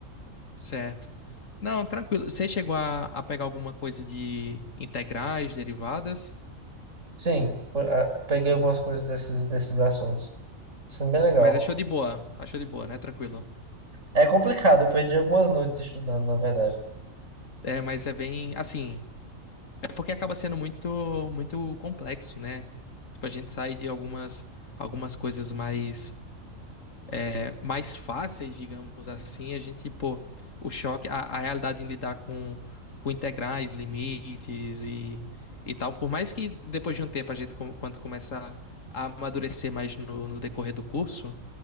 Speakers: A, on the left; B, on the right.
A: Certo. Não, tranquilo. Você chegou a, a pegar alguma coisa de integrais, derivadas,
B: Sim, por- ah, peguei algumas coisas desses, desses assuntos. Isso é bem legal.
A: mas achou de boa. Achou de boa, né? Tranquilo.
B: É complicado, eu perdi algumas noites estudando, na verdade.
A: É, mas é bem assim. É porque acaba sendo muito muito complexo, né? Tipo, a gente sai de algumas algumas coisas mais é, mais fáceis, digamos assim, a gente, pô, o choque, a, a realidade em lidar com, com integrais, limites e, e tal, por mais que depois de um tempo a gente, com- quando começa a amadurecer mais no, no decorrer do curso,